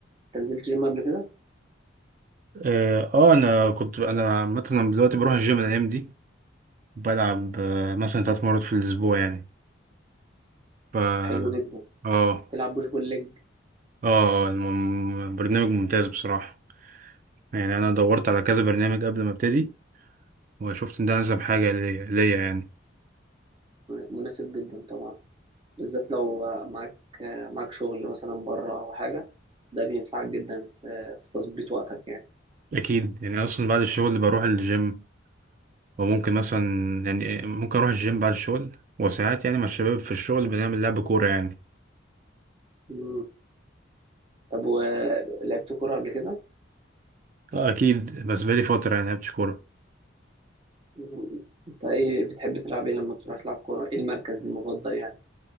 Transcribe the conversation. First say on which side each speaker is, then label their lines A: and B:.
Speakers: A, on the right; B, on the right.
A: انت نزلت جيم قبل كده
B: اه آه، انا كنت انا مثلا دلوقتي بروح الجيم الايام دي بلعب آه، مثلا ثلاث مرات في الاسبوع يعني ف اه
A: حلو جدا
B: اه
A: تلعب بوش بول ليج
B: آه، الم- برنامج ممتاز بصراحه يعني انا دورت على كذا برنامج قبل ما ابتدي وشفت ان ده انسب حاجه ليا ليا يعني
A: مناسب جدا طبعا بالذات لو معاك معاك شغل مثلا بره او حاجه ده بينفعك جدا في, في تظبيط وقتك يعني
B: اكيد يعني اصلا بعد الشغل بروح الجيم وممكن مثلا يعني ممكن اروح الجيم بعد الشغل وساعات يعني مع الشباب في الشغل بنعمل لعب كوره يعني
A: مم. طب ولعبت كوره قبل كده
B: آه، اكيد بس بقالي فتره يعني لعبتش كوره
A: مم. انت ايه بتحب تلعب ايه لما تروح تلعب كوره ايه المركز المفضل يعني